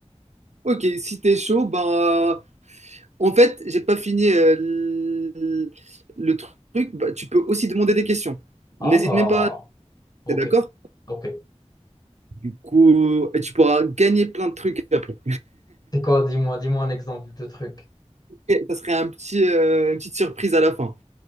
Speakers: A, on the right (about 80°); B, on the left (about 35°).
A: Ok, si t'es chaud, bah en fait, j'ai pas fini euh, l- le, truc. Bah, tu peux aussi demander des questions.
B: Ah,
A: N'hésite même pas.
B: ok,
A: T'es d'accord?
B: ok.
A: Du coup, euh, et tu pourras gagner plein de trucs après.
B: C'est quoi, dis-moi, dis-moi un exemple de truc.
A: Et ça serait un petit, euh, une petite surprise à la fin.